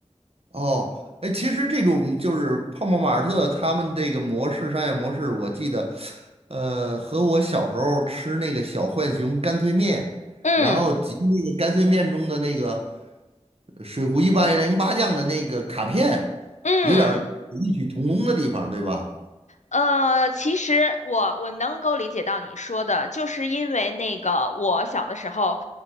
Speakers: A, on the right; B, on the left.
A: 哦，哎，其实这种就是泡泡玛特他们这个模式商业模式，我记得，呃，和我小时候吃那个小浣熊干脆面，
B: 嗯
A: 然后集那个干脆面中的那个呃水浒一百零八将的那个卡片，
B: 嗯。
A: 有点儿异曲同工的地方，对吧？
B: 呃，其实我我能够理解到你说的，就是因为那个我小的时候，